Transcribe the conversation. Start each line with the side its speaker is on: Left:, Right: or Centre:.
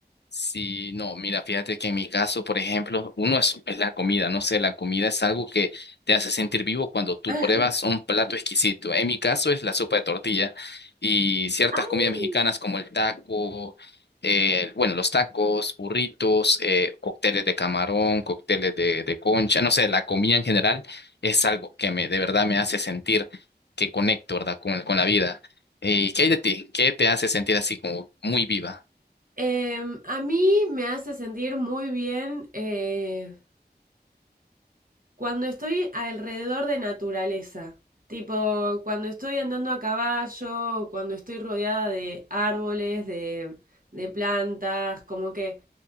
Left: Sí, no, mira, fíjate que en mi caso, por ejemplo, uno es, es la comida, no sé, la comida es algo que te hace sentir vivo cuando tú
Right: <laughs>
Left: pruebas un plato exquisito. En mi caso es la sopa de tortilla y ciertas
Right: Ay.
Left: comidas mexicanas como el taco, eh, bueno, los tacos, burritos, eh, cócteles de camarón, cócteles de, de concha, no sé, la comida en general es algo que me, de verdad me hace sentir que conecto, ¿verdad? Con, con la vida. ¿Y qué hay de ti? ¿Qué te hace sentir así como muy viva?
Right: Em, a mí me hace sentir muy bien eh, cuando estoy alrededor de naturaleza, tipo cuando estoy andando a caballo, o cuando estoy rodeada de árboles, de, de plantas, como que